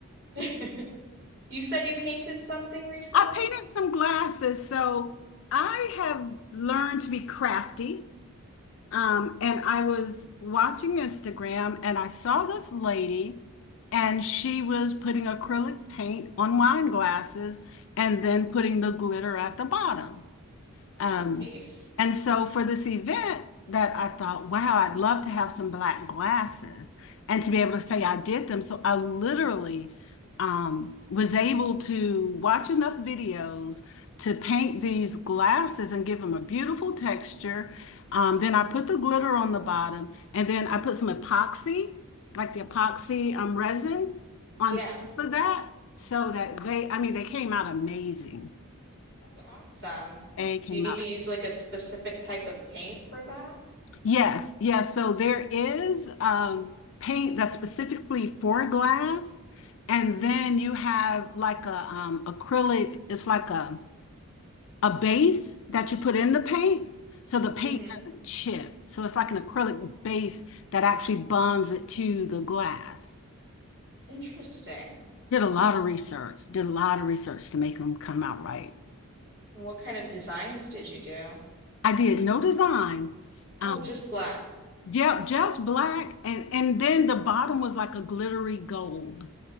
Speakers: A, on the right (about 50°); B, on the left (about 60°).
A: <laughs> You said you painted something recently?
B: I painted some glasses, so I have learned to be crafty. Um, and I was watching Instagram and I saw this lady and she was putting acrylic paint on wine glasses and then putting the glitter at the bottom.
A: Oh,
B: Um,
A: nice.
B: and so for this event that I thought, wow, I'd love to have some black glasses and to be able to say I did them. So I literally um, was able to watch enough videos to paint these glasses and give them a beautiful texture. Um, then I put the glitter on the bottom and then I put some epoxy, like the epoxy um, resin on
A: Yeah,
B: top of that so that they, I mean, they came out amazing.
A: that's awesome.
B: They came
A: Do you need to use like a specific type of paint for that?
B: Yes, yes. So there is um, paint that's specifically for glass, and
A: Hmm.
B: then you have like a um, acrylic. It's like a a base that you put in the paint, so the paint
A: hmm
B: doesn't chip. So it's like an acrylic base that actually bonds it to the glass.
A: Interesting.
B: Did a lot of research. Did a lot of research to make them come out right.
A: And what kind of designs did you do?
B: I did no design.
A: Oh,
B: Um,
A: just black.
B: yep, just black, and and then the bottom was like a glittery gold.